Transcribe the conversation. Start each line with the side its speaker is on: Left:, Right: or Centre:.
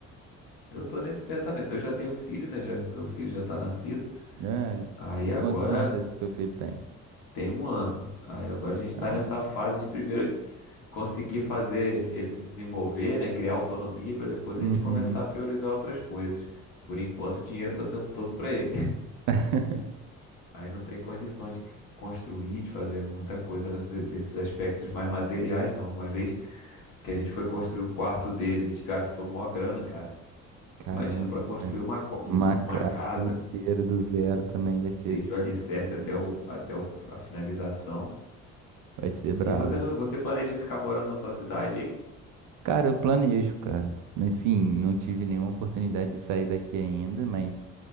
Left: Eu tô nesse pensamento. Eu já tenho filho, né? Já, meu filho já tá nascido.
Right: Ah,
Left: Aí agora
Right: quantos anos seu seu filho tem?
Left: tem um ano. Aí agora a gente
Right: Ah,
Left: tá nessa
Right: não.
Left: fase de primeiro conseguir fazer ele se desenvolver, né? Criar autonomia pra depois
Right: Uhum.
Left: a gente começar a priorizar outras coisas. Por enquanto, o dinheiro tá sendo todo pra ele.
Right: <laughs>
Left: Aí não tem condição de c- construir, de fazer muita coisa nessa- nesses aspectos mais materiais, não. Uma vez que a gente foi construir o quarto dele, a gente gastou mó grana, cara.
Right: Caramba,
Left: Imagina para construir
Right: cara.
Left: uma, co- um-
Right: Uma
Left: um-
Right: casa
Left: uma casa,
Right: inteira
Left: né?
Right: do zero também vai ser
Left: Desde o alicerce
Right: sinistro.
Left: até, o, até o- a finalização.
Right: Vai ser brabo.
Left: E você, não- você planeja ficar morando na sua cidade aí?
Right: Cara, eu planejo, cara. Assim, não tive nenhuma oportunidade de sair daqui ainda, mas